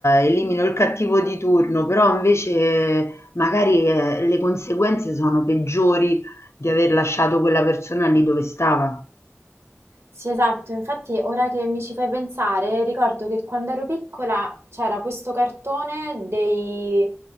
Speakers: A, on the left; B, on the right.
A: elimino il cattivo di turno, però invece eh, magari eh, le conseguenze sono peggiori di aver lasciato quella persona lì dove stava.
B: Sì, esatto, infatti ora che mi ci fai pensare, ricordo che quando ero piccola c'era questo cartone dei,